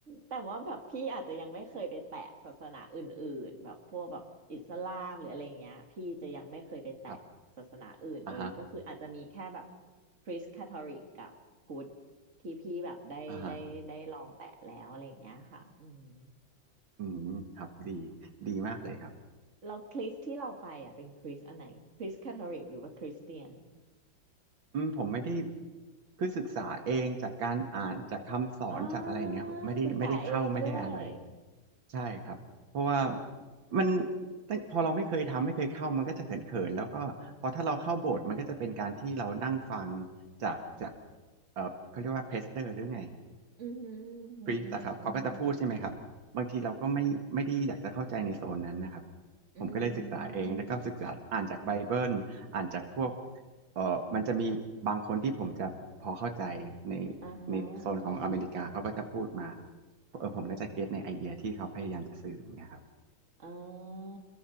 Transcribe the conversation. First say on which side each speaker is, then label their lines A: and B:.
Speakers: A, on the right; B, on the right.
A: แต่ว่าแบบพี่อาจจะยังไม่เคยไปแตะศาสนาอื่นๆแบบพวกแบบอิสลามหรืออะไรอย่างเงี้ยพี่จะยังไม่เคยไปแตะศาสนาอื่นเลยก็คืออาจจะมีแค่แบบ
B: ครับอ่าฮะ
A: คริสต์คาทอลิกกับพุทธที่พี่แบบได้ได้ได้ลองแตะแล้วอะไรอย่างเงี้ยค่ะอืม
B: อ่าฮะ อืมครับดีดีมากเลยครับ
A: เราคริสต์ที่เราไปอ่ะเป็นคริสต์อันไหนคริสต์คาทอลิกหรือว่าคริสเตียน
B: อืมผมไม่ได้คือศึกษาเองจากการอ่านจากคำสอนจากอะไรอย่างเงี้ยครับไม่ได้ไม่ได้เข้าไม่ได้อะไร
A: อ่าศึกษาเองด้วย
B: ใช่ครับเพราะว่ามันตั้งพอเราไม่เคยทำไม่เคยเข้ามันก็จะเขินๆแล้วก็พอถ้าเราเข้าโบสถ์มันก็จะเป็นการที่เรานั่งฟังจากจากเออเขาเรียกว่าเพสเตอร์หรือไง
A: อือหืออือหืออือหือ
B: พรีสอะครับเขาก็จะพูดใช่ไหมครับบางทีเราก็ไม่ไม่ได้อยากจะเข้าใจในโซนนั้นนะครับ
A: อื
B: ผมก็เลยศึกษาเองแล้วก็ศึกษาอ่านจากไบเบิลอ่านจากพวก
A: ม
B: เอ่อมันจะมีบางคนที่ผมจะพอเข้าใจใน
A: อ่าฮะอ่าฮะ
B: ในโซนของอเมริกาเขาก็จะพูดมาเออผมก็จะเก็ตในไอเดียที่เขาพยายามจะสื่อเนะครับ
A: อ่า